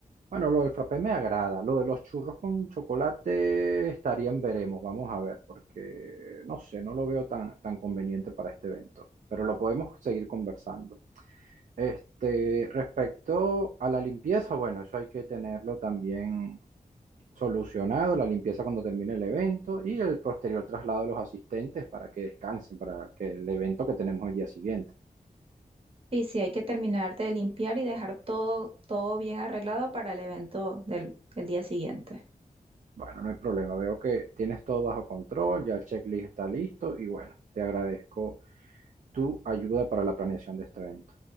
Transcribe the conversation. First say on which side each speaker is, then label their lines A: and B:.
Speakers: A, on the right; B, on the right.
A: Bueno, lo del frappé me agrada. Lo de los churros con chocolate estaría en veremos. Vamos a ver, porque no sé, no lo veo tan, tan conveniente para este evento. Pero lo podemos seguir conversando. Este, respecto a la limpieza, bueno, eso hay que tenerlo también solucionado, la limpieza cuando termine el evento y el posterior traslado de los asistentes para que descansen, para que el evento que tenemos el día siguiente.
B: Y si hay que terminar de limpiar y dejar todo, todo bien arreglado para el evento del, del día siguiente.
A: Bueno, no hay problema, veo que tienes todo bajo control, ya el checklist está listo y bueno, te agradezco tu ayuda para la planeación de este evento.